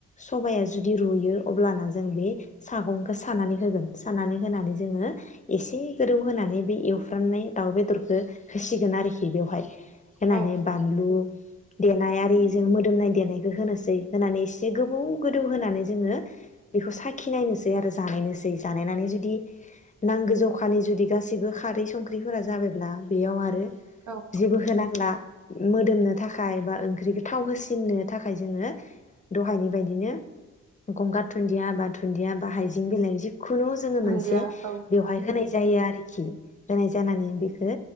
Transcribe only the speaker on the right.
औ
औ
दुन्दिया
औ